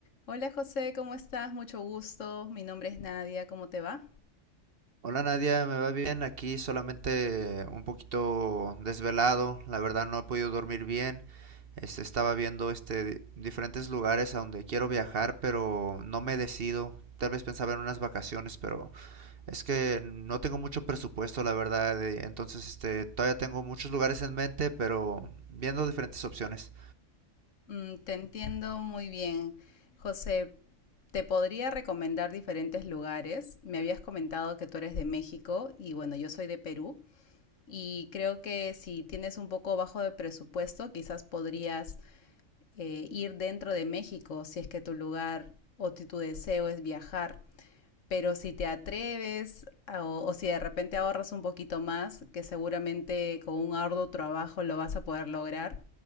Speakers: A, on the left (about 75°); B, on the right (about 50°).
A: Hola José, ¿cómo estás? Mucho gusto. Mi nombre es Nadia. ¿Cómo te va?
B: Hola Nadia, me va bien, aquí solamente un poquito desvelado, la verdad no he podido dormir bien, este, estaba viendo este di- diferentes lugares a donde quiero viajar, pero no me decido, tal vez pensaba en unas vacaciones, pero es que no tengo mucho presupuesto, la verdad, eh, entonces este, todavía tengo muchos lugares en mente, pero viendo diferentes opciones.
A: Mm, te entiendo muy bien. José, te podría recomendar diferentes lugares. Me habías comentado que tú eres de México y bueno, yo soy de Perú. Y creo que si tienes un poco bajo de presupuesto, quizás podrías eh, ir dentro de México si es que tu lugar o tu tu deseo es viajar. Pero si te atreves a- o, o si de repente ahorras un poquito más, que seguramente con un arduo trabajo lo vas a poder lograr,